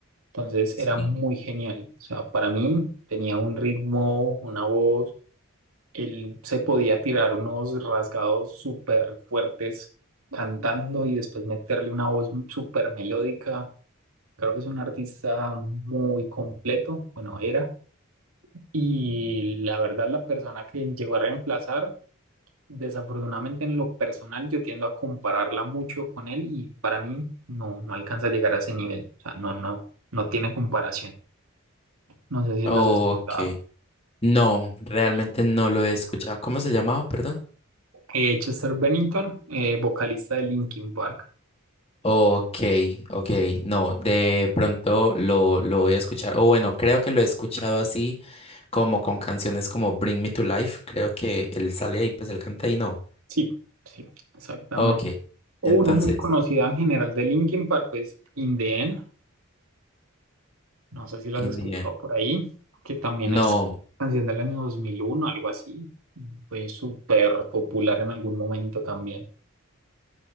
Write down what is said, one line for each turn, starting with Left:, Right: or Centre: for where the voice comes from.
Right: entonces
Left: sí.
Right: era muy genial. O sea, para mí tenía un ritmo, una voz, él se podía tirar unos rasgados súper fuertes cantando y después meterle una voz súper melódica. Creo que es un artista muy completo, bueno, era. Y la verdad, la persona que llegó a reemplazar, desafortunadamente en lo personal, yo tiendo a compararla mucho con él y para mí no, no alcanza a llegar a ese nivel. O sea, no, no, no tiene comparación. No sé si
Left: Ok.
Right: los he escuchado.
Left: No, realmente no lo he escuchado. ¿Cómo se llamaba, perdón?
Right: Eh, Chester Bennington, eh, vocalista de Linkin Park.
Left: Ok, ok, no, de pronto lo, lo voy a escuchar. O bueno, creo que lo he escuchado así, como con canciones como Bring Me to Life. Creo que él sale ahí, pues él canta ahí, no.
Right: Sí, sí, exactamente.
Left: Ok,
Right: O
Left: entonces,
Right: una muy conocida en general de Linkin Park, pues In The End, No sé si lo has
Left: India.
Right: escuchado por ahí, que también
Left: No,
Right: es canción del año 2001 algo así. Fue súper popular en algún momento también.